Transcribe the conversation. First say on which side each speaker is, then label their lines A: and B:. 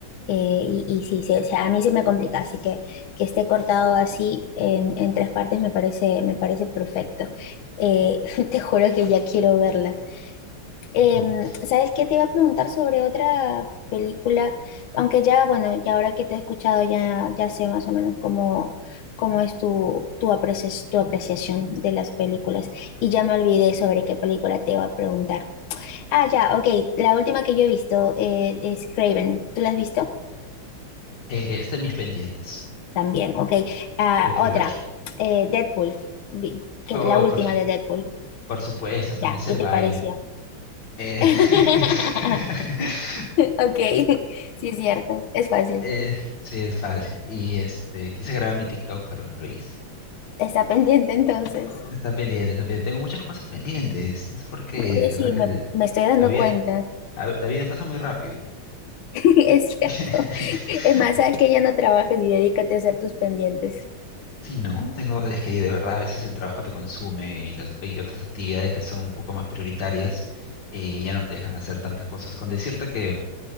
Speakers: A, on the left; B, on the left.
A: Eh, y, y sí, se- se- a mí se me complica, así que que esté cortado así en, en tres partes me parece, me parece perfecto. Eh, <laughs> te juro que ya quiero verla. Em,
B: <laughs>
A: ¿sabes qué? Te iba a preguntar sobre otra película, aunque ya, bueno, ya ahora que te he escuchado ya, ya sé más o menos cómo, cómo es tu, tu apreciación, tu apreciación de las películas y ya me olvidé sobre qué película te iba a preguntar. Ah, ya, ok, la última que yo he visto eh, es Craven. ¿Tú la has visto?
B: Eh, está en mis pendientes,
A: También, ok. Ah,
B: pero quiero
A: otra,
B: verlo.
A: eh, Deadpool, Vi- que,
B: Oh,
A: la última
B: por su,
A: de Deadpool.
B: por supuesto, hasta
A: Ya,
B: me sé
A: ¿qué
B: el
A: te
B: baile.
A: pareció?
B: <laughs>
A: <laughs> Ok, sí es cierto, es fácil.
B: Eh, sí, es fácil. Y este, quise grabar mi TikTok, pero no lo hice.
A: Está pendiente entonces.
B: Está pendiente, está pendiente. Tengo muchas cosas pendientes. No sé por qué.
A: Oye, sí,
B: La verdad que
A: me,
B: el-
A: me estoy dando
B: la vida,
A: cuenta.
B: a- la vida pasa muy rápido.
A: <laughs> Es cierto.
B: <laughs>
A: Es más, sabes que ya no trabajes y dedícate a hacer tus pendientes.
B: Sí, no, tengo, es que de verdad a veces el trabajo te consume y las y otras actividades que son un poco más prioritarias eh, ya no te dejan hacer tantas cosas. Con decirte que,